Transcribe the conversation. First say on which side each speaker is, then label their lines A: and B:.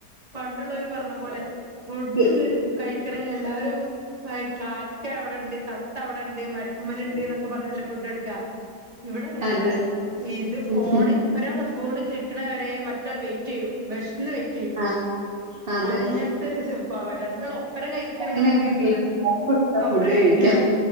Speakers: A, on the right; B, on the right.
A: പണ്ടുള്ളവര് പറഞ്ഞ പോലെ ഫുഡ്
B: വർക്ക്
A: ക ഴിക്കണങ്കിൽ എല്ലാരും കാക്ക അവിടെണ്ട് തത്ത അവിടെണ്ട് മരുത്തുമല ഉണ്ട്ക്കെ പറഞ്ഞ ഫുഡ് കൊടുക്കാ ഇവിടെ അങ്ങനെയല്ല
B: അതെ
A: ഇത് ഫോൺ
B: ഉം
A: ഒരാളെ ഫോണ് കിട്ടണവരെ മറ്റാൾ വെയിറ്റ് ചെയ്യും വിഷന്ന് വെയിറ്റ് ചെയ്യും
B: ആഹ് അതെ
A: അങ്ങനത്തെരു സ്വഭാവ രണ്ടോളും ഒപ്പരം കഴിക്കണെ
B: അങ്ങനെയാണല്ലോ
A: നമ്മത് വേ കഴിഞ്ഞ ഇത
B: ഫോൺ കൊടുത്താ
A: ഒപ്പരം
B: ഫുഡ്
A: കഴിക്കൂല
B: കഴിക്കാം.